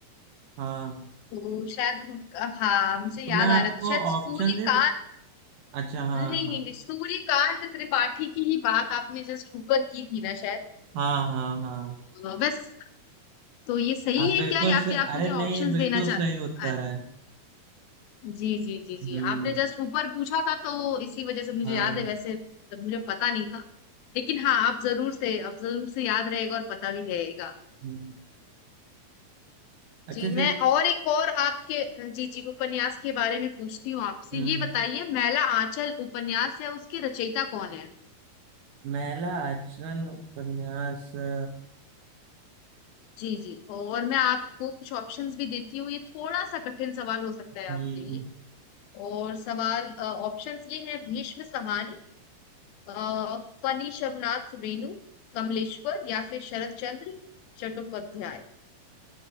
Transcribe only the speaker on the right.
हाँ
तो मैं आपको
ऑप्शन
दे दूं अच्छा हाँ
हाँ
हाँ हाँ हाँ
आप
बिल्कुल
से
अरे
नहीं
ये
बिल्कुल
सही उत्तर
है
हम्म
हाँ
हम्म, अच्छा
चलिए
हम्म
महिला आचरण उपन्यास अ,
हम्म